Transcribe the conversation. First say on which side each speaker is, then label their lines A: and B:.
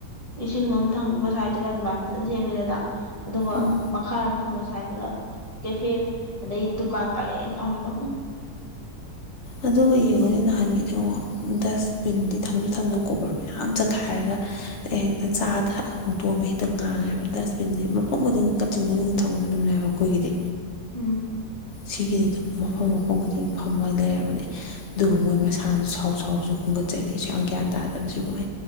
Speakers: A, on the left (about 25°); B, on the left (about 50°).
A: ꯏꯁꯤꯡꯂꯣꯝ ꯊꯪꯕꯁꯨ ꯍꯥꯏꯗꯅ ꯑꯗꯨꯃꯥꯏꯅ ꯐꯖꯅ ꯁꯦꯝꯃꯤꯗꯅ ꯑꯗꯨꯒ
B: ꯎꯝ
A: ꯃꯈꯥ ꯑꯃꯣꯝ ꯊꯪꯕ ꯁꯠꯇꯨꯗ ꯀꯦꯐꯦ ꯑꯗꯩ ꯗꯨꯀꯥꯟ ꯄꯔꯦꯡ ꯐꯝꯕ
B: ꯑꯗꯨꯒ ꯌꯦꯡꯉꯨꯅꯦ ꯅꯍꯥꯟꯒꯤ
A: <unintelligible>
B: ꯗꯁꯕꯤꯟꯗꯤ ꯊꯝꯁꯨ ꯊꯝꯅ ꯀꯣꯕꯔ ꯃꯌꯥꯝ ꯆꯈꯥꯏꯔꯒ ꯑꯩ ꯍꯦꯛꯇ ꯆꯥ ꯍꯣꯡꯗꯣꯛꯑꯝꯃꯦ ꯍꯦꯛꯇ ꯉꯥꯡꯉꯦꯕ ꯗꯁꯕꯤꯟꯁꯦ ꯃꯐꯝ ꯈꯨꯗꯤꯡꯒꯤ ꯀꯛꯆꯤꯡ ꯈꯨꯗꯤꯡꯒꯤ ꯊꯪꯗꯨꯅꯦꯕ ꯑꯩꯈꯣꯏꯒꯤꯗꯤ
A: ꯎꯝ
B: ꯁꯤꯒꯤꯗꯤ ꯑꯗꯨꯝ ꯃꯐꯝ ꯃꯐꯝ ꯈꯨꯗꯤꯡ ꯐꯝꯃ ꯂꯩꯔꯕꯅꯦ ꯑꯗꯨꯒ ꯃꯣꯏ ꯃꯁꯥꯅꯁꯨ ꯁꯥꯎ ꯁꯥꯎꯁꯨ ꯈꯣꯒꯠꯆꯔꯤ ꯁꯁꯨ ꯌꯥꯝ ꯒ꯭ꯌꯥꯟ ꯇꯥꯗꯕꯕꯁꯤꯕꯨꯑ